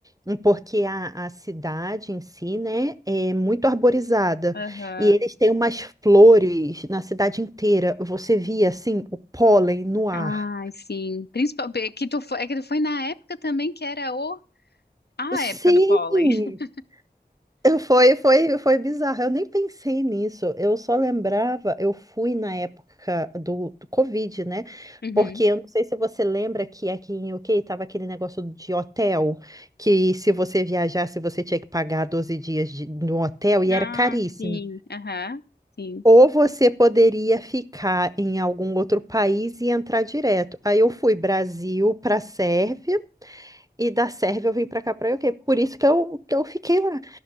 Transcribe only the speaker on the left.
Aham.
Ai, sim. Principalmente é que tu foi, é que tu foi na época também que era o a época
do pólen. <laughs>
Uhum.
Ah,
sim, aham. Sim.